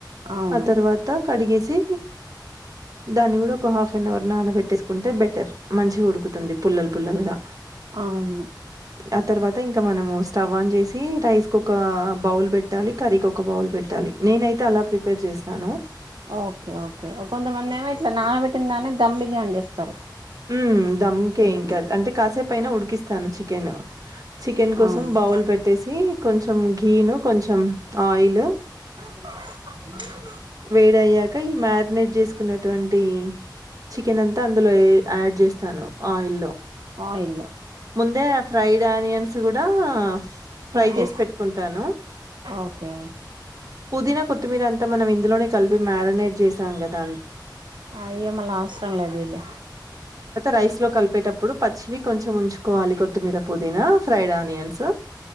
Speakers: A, on the right (about 85°); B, on the right (about 50°).
A: అవును
B: ఆ తర్వాత కడిగేసి దాన్ని కూడా ఒక హాఫ్ అన్ అవర్ నానబెట్టేసుకుంటే బెటర్. మంచిగ ఉడుకుతుంది పుల్లలు పుల్లలుగా
A: అవును
B: ఆ తర్వాత ఇంక మనము స్టవ్ ఆన్ చేసి రైస్కి ఒక బౌల్ పెట్టాలి కర్రీకి ఒక బౌల్ పెట్టాలి నేనైతే అలా ప్రిపేర్ చేస్తాను.
A: ఓకే. ఓకే. కొంతమంది ఏమో ఇట్లా నా పెబట్టిన దాన్ని దమ్ బిర్యాని చేస్తారు.
B: మ్, దమ్ కే
A: కొంతమంది
B: ఇంకా అంటే కాసేపు అయినా ఉడికిస్తాను చికెన్. చికెన్ కోసం
A: అవును
B: బౌల్ పెట్టేసి కొంచెం గీ ను కొంచెం ఆయిల్
A: <unintelligible>
B: వేడయ్యాక, ఈ మ్యారినేట్ చేసుకున్నటువంటి చికెన్ అంతా అందులో యాడ్ చేస్తాను ఆయిల్ లో.
A: ఆయిల్ లో
B: ముందే ఫ్రైడ్ ఆనియన్స్ కూడా ఫ్రై
A: కుక్
B: చేసి
A: చేస్తా
B: పెట్టుకుంటాను
A: ఓకే
B: పుదీనా కొత్తిమీర అంతా మనం ఇందులోనే కలిపి మ్యారినేట్ చేసాం కదా.
A: ఆ ఇయ్య మళ అవసరం లేదు లే
B: రైస్ లో కలిపేటప్పుడు పచ్చివి కొంచెం ఉంచుకోవాలి కొత్తిమీర పుదీనా ఫ్రైడ్ ఆనియన్స్.